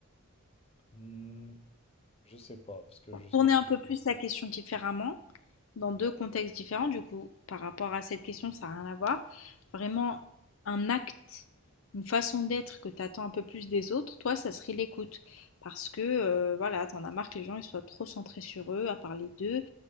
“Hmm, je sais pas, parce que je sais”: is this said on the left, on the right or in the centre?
Left